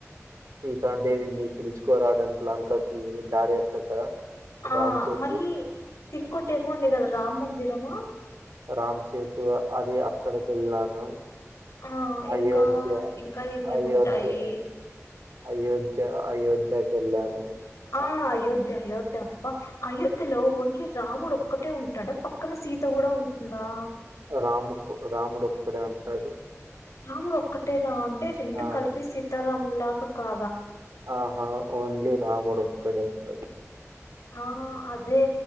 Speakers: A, on the right; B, on the left.
A: సీతా దేవిని పిల్చుకోరావడానికి లంకకి దారేస్తారు కదా
B: ఆ
A: రామ్ సేతు,
B: మళ్ళీ టింకోటేమో వుంది కద రామ్ మందిరమా
A: రామ్ సేతు అది అక్కడికెళ్ళాను
B: ఆ
A: అయోధ్య,
B: ఇంకా ఇంకా ఏమేముంటాయి
A: అయోధ్య, అయోధ్య అయోధ్యకెళ్ళాను
B: ఆ అయోధ్య అయోధ్య అప్ప అయోధ్యలో ఓన్లీ రాముడొక్కటే ఉంటాడా పక్కన సీత కూడా ఉంటుందా
A: రాముకు రాముడొక్కడే ఉంటాడు
B: రాముడొక్కటేనా టే రెండు
A: ఆ!
B: కలిపి సీత రాముల్లాగా కా
A: ఆహా ఓన్లీ రాముడొక్కడే టది
B: ఆ అదే